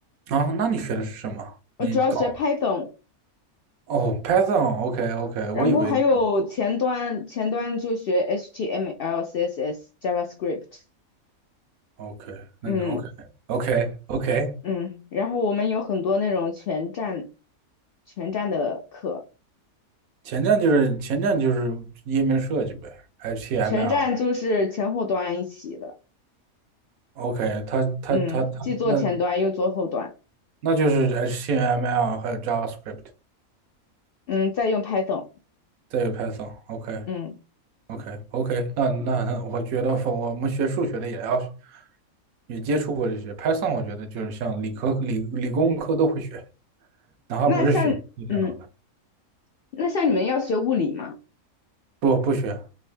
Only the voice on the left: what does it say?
我主要学 Python，
然后还有前端，
前端就学 HTML、CSS、JavaScript，
嗯
嗯，然后我们有很多那种全站全站的课，
全站就是前后端一起的，
嗯，既做前端又做后端，
嗯，再用 Python，
嗯，
那像嗯，那像你们要学物理吗？